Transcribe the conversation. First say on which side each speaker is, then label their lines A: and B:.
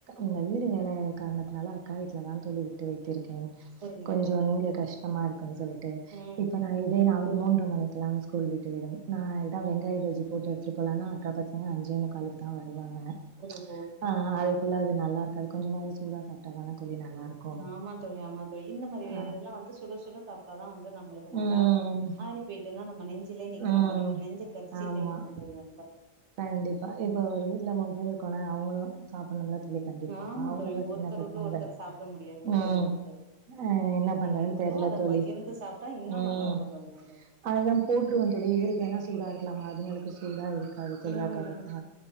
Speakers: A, on the right (about 80°); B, on the right (about 55°).
A: இந்த வீடு வேல காரணத்தினால அக்கா வீட்டில தான் தோழி வைத்திருக்கேன்
B: சரிங்க
A: கொஞ்சம்
B: தோழி
A: இங்க
B: சரிங்க
A: கஷ்டமா இருக்குன்னு சொல்லிட்டு
B: ம்
A: இப்ப
B: ம்
A: நான் இதே நான் ஒரு மூன்ற மணிக்கு இருக்கலாம் ஸ்கூல் விட்டு விடும் நா இதான்
B: ம்
A: வெங்காய பஜ் போட்டு எடுத்துட்டு போலனா அக்கா பசங்க அஞ்செ முக்காலக்கு தா வர் வருவாங்க ம்ச்
B: ஓஹோ ம்
A: அ அதுக்குள்ள நா நல்லா இருக்காது கொஞ்சம்ம சூடா சாப்ட்டா தான தோழி நல்லாருக்கும்.
B: ஆமா தோழி ஆமா தோழி இந்த மாரி
A: ஆ
B: எல்லாம் வந்து சுட சுட சாப்ட்டாதான் வந்து நம்மளுக்கு
A: ம்
B: நல்லா இருக்கும் ஆரி போயிட்டுனா நம்ம நெஞ்ச ஞ்சிலே நிக்கிறா
A: ம்
B: மாரி ஒரு நெஞ்சு கரிசாசிட்டே
A: ஆமா.
B: இருக்கோ தோழி அ
A: கண்டிப்பா இப்ப ஒரு வீட்ல மூணு பேரு இருக்கோல அவுங்களும் காப் பொண்ண கண்டிப்பா
B: ஆமா
A: அவுங்கள
B: தோழி ஒருத்தர்
A: சின்ன பசங்க
B: வுட்டு ஒருத்தர்
A: தானே
B: சாப்ட முடியாதுல்ல
A: ம்
B: தோழி வந்து
A: என்ன பண்றது என்ன பண்றதுன்னு
B: இருக்கோ
A: தெரில
B: அத
A: தோழி
B: பகிர்ந்து சாப்ட்டா இன்னு
A: உம்
B: நல்லா இருக்கு தோழி வந்து
A: அதுதான் போற்றுவன் தோழி இவருக்கு ஏனா சூடா இருக்கலாமா அதுங்களுக்கு சூடா இருக்கு சொ
B: ம்
A: <inaudible>